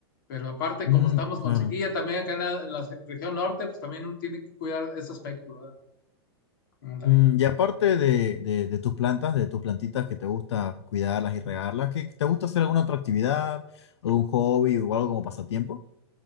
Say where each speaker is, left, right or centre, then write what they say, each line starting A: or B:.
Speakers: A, on the left; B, on the left.
A: Pero aparte,
B: Mm,
A: como estamos
B: claro.
A: con sequía también acá en la, en la región norte, pues también uno tiene que cuidar ese aspecto, ¿verdad? Ándale.
B: Mm, y aparte de, de- de tus plantas, de tus plantitas que te gusta cuidarlas y regarlas, ¿qué, te gusta hacer alguna otra actividad, algún hobby o algo como pasatiempo?